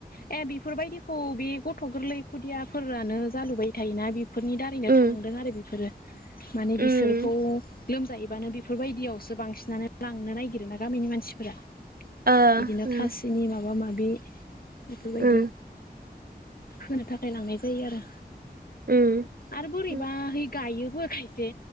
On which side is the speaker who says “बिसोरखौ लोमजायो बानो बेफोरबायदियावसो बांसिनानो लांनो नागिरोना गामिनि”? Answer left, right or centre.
Left